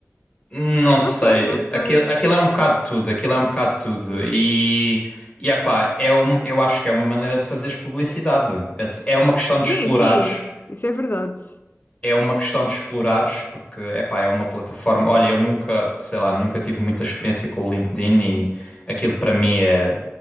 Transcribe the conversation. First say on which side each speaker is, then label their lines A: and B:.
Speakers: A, on the left; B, on the left.
A: não sei,
B: Não sei, não sei.
A: aquilo, aquilo é um bocado de tudo, aquilo é um bocado de tudo. E, e epá, é um, eu acho que é uma maneira de fazeres publicidade. É é uma questão de
B: Sim,
A: explorares.
B: sim, isso é verdade.
A: É uma questão de explorares, porque, epá, é uma plataforma. Olha, eu nunca, sei lá, nunca tive muita experiência com o LinkedIn e aquilo para mim é,